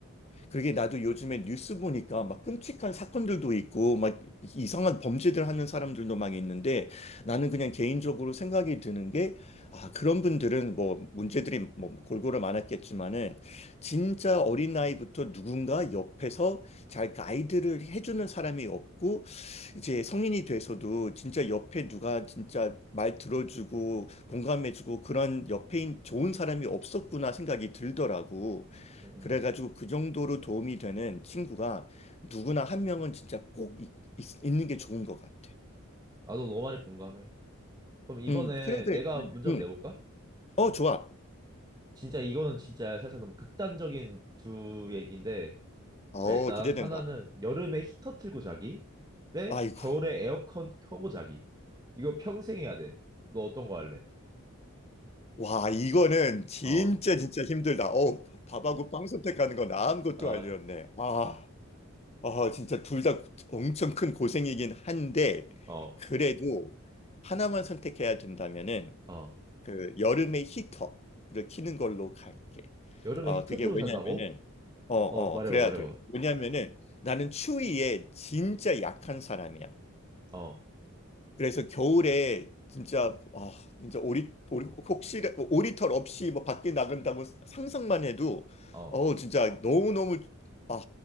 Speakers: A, on the left; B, on the right.
A: 그게 나도 요즘에 뉴스 보니까 막 끔찍한 사건들도 있고 막 이상한 범죄들 하는 사람들도 막 있는데 나는 그냥 개인적으로 생각이 드는 게 아, 그런 분들은 뭐 문제들이 뭐 골고루 많았겠지만은 진짜 어린아이부터 누군가 옆에서 잘 가이드를 해주는 사람이 없고 이제 성인이 돼서도 진짜 옆에 누가 진짜 말 들어주고 공감해주고 그런 옆에 좋은 사람이 없었구나 생각이 들더라고.
B: 음,
A: 그래가지고
B: 음.
A: 그 정도로 도움이 되는 친구가 누구나 한 명은 진짜 꼭 있, 는게 좋은 것 같아.
B: 나도 너무 많이 공감해. 그럼 이번에
A: 응, 그래, 그래.
B: 내가 문제
A: 응,
B: 한번 내볼까?
A: 어, 좋아.
B: 진짜 이거는 진짜 살짝 너무 극단적인 두 얘기인데
A: 어,
B: 자, 일단
A: 기대된다.
B: 하나는 여름에 히터 틀고 자기, 대
A: 아이고,
B: 겨울에 에어컨 켜고 자기. 이거 평생 해야 돼. 너 어떤 거 할래?
A: 와, 이거는 진짜
B: 어,
A: 진짜 힘들다. 어, 밥하고 빵 선택하는 건 아무것도
B: 어,
A: 아니었네. 아, 아, 진짜 둘 다 엄청 큰 고생이긴 한데,
B: 어,
A: 그래도 하나만 선택해야 된다면은
B: 어.
A: 그 여름에 히터를 키는 걸로 갈게.
B: 여름에
A: 어,
B: 히터
A: 그게
B: 틀고
A: 왜냐면은
B: 산다고?
A: 어, 어,
B: 어, 말해봐,
A: 그래야
B: 말해봐.
A: 돼. 왜냐면은 나는 추위에 진짜 약한 사람이야.
B: 어,
A: 그래서 겨울에 진짜 아, 진짜 오리 오리 혹시 오리털 없이 뭐 밖에 나간다고 상상만 해도
B: 어,
A: 어, 진짜 너무너무 아,